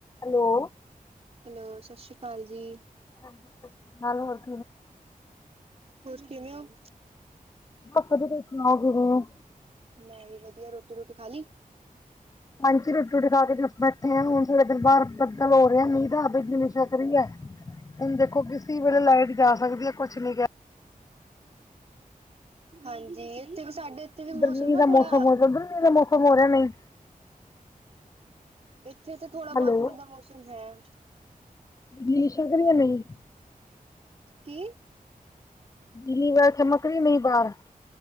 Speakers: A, on the left; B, on the right.
A: Hello!
B: Hello, ਸਤਿ ਸ੍ਰੀ ਅਕਾਲ ਜੀ।
A: <inaudible>
B: ਹੋਰ ਕਿਵੇਂ ਹੋ?
A: ਬਸ ਵਧੀਆ, ਤੁਸੀਂ ਸੁਣਾਉ ਕਿਵੇਂ ਹੋ?
B: ਮੈਂ ਵੀ ਵਧੀਆ, ਰੋਟੀ-ਰੁਟੀ ਖਾ ਲਈ।
A: ਹਾਂਜੀ, ਰੋਟੀ-ਰੁਟੀ ਖਾ ਕੇ ਬਸ ਬੈਠੇ ਆ, ਹੁਣ ਥੋੜ੍ਹਾ ਦੇਰ ਬਾਹਰ ਬੱਦਲ ਹੋ ਰਿਹਾ ਮੀਂਹ ਦਾ, ਬਿਜਲੀ ਲਿਸ਼ਕ ਰਹੀ ਹੈ। ਹੁਣ ਦੇਖੋ, ਕਿਸੀ ਵੇਲੇ ਲਾਈਟ ਜਾ ਸਕਦੀ ਹੈ। ਕੁੱਛ ਨੀ ਕ
B: ਹਾਂਜੀ, ਇੱਥੇ ਵੀ ਸਾਡੇ ਵੀ ਮੌਸਮ
A: ਗਰਮੀ
B: ਨਾ
A: ਦਾ
B: ਥੋੜਾ
A: ਮੌਸਮ ਹੋ ਰਿਹਾ, ਉਧਰ ਮੀਂਹ ਦਾ ਮੌਸਮ ਹੋ ਰਿਹਾ ਨਹੀਂ
B: ਇੱਥੇ ਤਾਂ, ਥੋੜਾ ਬਹੁਤ
A: ਹੈਲੋ
B: ਮੀਂਹ ਦਾ ਮੌਸਮ ਹੈ।
A: ਬਿਜਲੀ ਲਿਸ਼ਕ ਰਹੀ ਹੈ, ਨਹੀਂ?
B: ਕੀ?
A: ਬਿਜਲੀ ਬਾਹਰ ਚਮਕ ਰਹੀ ਹੈ, ਨਹੀਂ ਬਾਹਰ